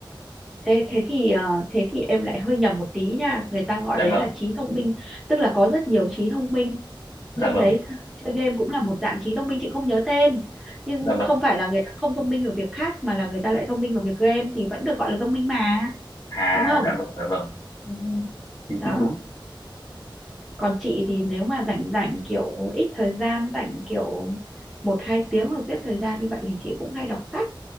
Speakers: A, in the centre; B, on the left.
A: Ê, thế thì ờ, thế thì em lại hơi nhầm một tí nha người ta gọi
B: dạ
A: đấy
B: vâng
A: là trí thông minh tức là có rất nhiều trí thông minh
B: dạ
A: trong
B: vâng
A: đấy th- chơi game cũng là một dạng trí thông minh chị không nhớ tên nhưng
B: dạ vâng
A: không phải là người ta không thông minh ở việc khác mà là người ta lại thông minh ở việc game thì vẫn được gọi là thông minh mà
B: à
A: đúng không
B: dạ vâng dạ vâng
A: ừ,
B: thì
A: đó
B: cũng đúng
A: còn chị thì nếu mà rảnh rảnh kiểu ít thời gian rảnh kiểu một hai tiếng hoặc giết thời gian như vậy thì chị cũng hay đọc sách